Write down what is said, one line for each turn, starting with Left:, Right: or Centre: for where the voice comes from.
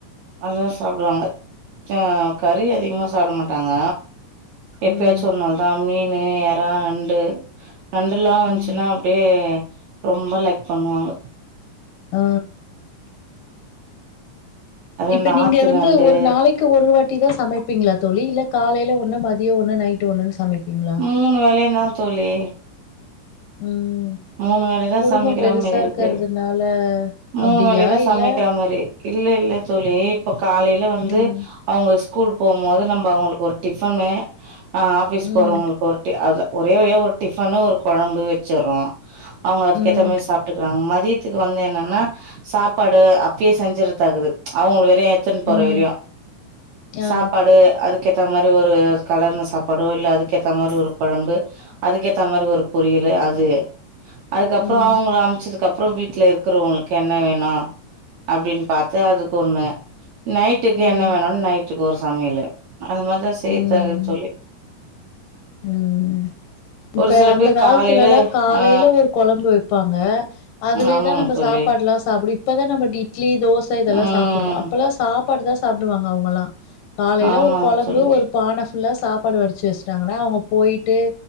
Right: அதுதா சாப்டுவாங்க ஆ கறி அதிகமா சாப்ட மாட்டாங்க எப்பயாச்சு
Left: ம்
Right: ஒருநாள் தா மீனு எறா நண் டு நண்டுல்லா வந்துச்சுன்னா
Left: ம்
Right: அப்டியே ரொம்ப லைக் பண்ணுவாங்கு
Left: ஆ
Right: அது
Left: இப்ப
Right: இந்த
Left: நீங்க
Right: ஆத்து
Left: வந்து
Right: நண்டு
Left: ஒரு நாளைக் க்கு ஒரு வாட்டி தா சமைப்பீங்ளா தோழி இல்ல காலைல ஒன்னு மதியம் ஒன்னு நைட்டு ஒன்னுன்னு சமைப்பீங்களா
Right: மூணு வேலையுந்தா தோழி
Left: ம்
Right: மூணு வேலையுதா
Left: குடும்பம்
Right: சமைக்கிற
Left: பெருசா
Right: மாரி இருக்கு
Left: இருக்கறதுனால
Right: மூணு
Left: அப்டியா
Right: வேலையுதா
Left: இல்ல
Right: சமைக்கிற மாரி இல்ல இல்ல தோழி இப்ப காலைல வந்து
Left: ம்
Right: அவுங்க ஸ்கூல் போம்மோது நம்ப அவுங்களுக்கு ஒரு டிஃபனு ஆ ஆஃபிஸ்
Left: ம்
Right: போறவங்களுக் ஒரு டி அதா ஒரே வழியா ஒரு டிஃபனு ஒரு கொழம்பு வெச்சிட்றோ அவுங்க அதுக்கு
Left: ம்
Right: ஏத்த மாரி சாப்டுக்குறாங்க மதிய துக்கு வந்து என்னன்னா சாப்பாடு அப்பயே செஞ்சர்தாக்குது அவுங்களுக்கு வேறியோ எடுத்துனு போற
Left: ம்
Right: வரையு
Left: ஆ
Right: சாப்பாடு அதுக் அதுக் கேத்தா மாரி ஒரு கலர்ன சாப்பாடோ இல்ல அதுக்கேத்த மாரி ஒரு கொழம்பு அதுக்கேத்த மாரி ஒரு பொரியலு அது அதுக்கப்புறோ
Left: ம்
Right: அவுங்கள அமுச்சதுக்கு அப்புறோ வீட்ல இரு இருக்குறவங்களுக்கு என்ன வேணு அப்டின்னு பாத்து அதுக்கு ஒன்னு நைட்டுக்கு
Left: ம்
Right: என்ன வேணுன்னு நைட்டுக்கு ஒரு சமையலு அந்த மாரிதா செய்யர்தா
Left: ம்
Right: இருக்கு தோழி
Left: ம் இப்ப
Right: ஒரு சில
Left: அந்த
Right: பேர்
Left: காலத்துல
Right: காலையில
Left: எல்லா காலைல
Right: ஆ
Left: ஒரு கொழம்பு வெப்பாங்க அதுவேதா
Right: ஆமாங்க
Left: நம்ம
Right: தோழி
Left: சாப்பாடுல்லா சாப்புடு இப்பதா நம்ம இட்லி தோச இதெல்லா
Right: ம்
Left: சாப்புட்றோ அப்பெல்லா சாப் சாப்பாடுதா சாப்புடுவாங்க அவுங்கல்லா காலைல
Right: ஆமாங்க
Left: ஒரு கொழம்பு
Right: தோழி
Left: ஒரு பான ஃபுல்லா சாப்பாடு வடிச்சு வெச்சுட்டாங்கன்னா அவுங்க போயிட்டு